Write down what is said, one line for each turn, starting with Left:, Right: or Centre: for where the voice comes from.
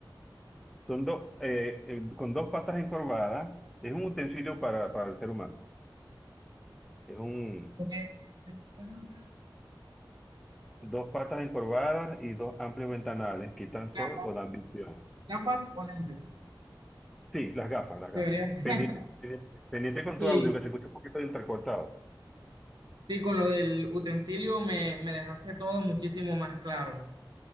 Centre: Son dos, eh, eh, con dos patas encorvadas, es un utensilio para, para el ser humano. Es un
Right: Porque de- deben ser las gafas, ¿cierto?
Centre: Dos patas encorvadas y dos amplios ventanales, quitan sol
Right: Gafas,
Centre: o dan visión.
Right: gafas o lentes.
Centre: Sí, las gafas, las gafas.
Right: Deberían ser.
Centre: Pendiente,
Right: <laughs>
Centre: pendiente, pendiente con
Right: Sí,
Centre: tu audio, que se escucha un poquito de entrecortado.
Right: sí, con lo del utensilio me, me dejaste todo muchísimo más claro.